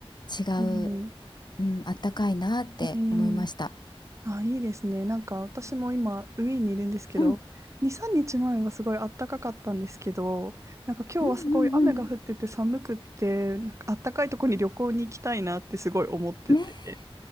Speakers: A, on the left; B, on the right.
A: 違う、
B: うん
A: うん、暖かいなって思いました。
B: ええあ、いいですね。なんか私も今、ウィーンにいるんですけど、
A: うん。
B: 2、3日前はすごい暖かかったんですけど、なんか今日はすごい雨が降ってて寒くって、
A: うんうんうん。
B: なんか暖かいとこに旅行に行きたいなってすごい思ってて。
A: ねえ。